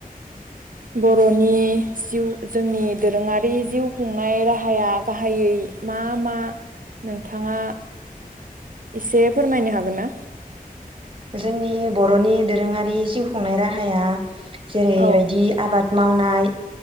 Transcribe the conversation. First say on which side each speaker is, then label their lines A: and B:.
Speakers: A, on the right (about 65°); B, on the right (about 35°).
A: बर'नि जिउ जोंनि दोरोङारि जिउ खुंनाय राहाया गाहायै मा मा नोंथाङा एसे फोरमायनो हागोन ना?
B: जोंनि बर'नि दोरोङारि जिउ खुंनाय राहाया जेरैबायदि
A: औ
B: आबाद मावनाय।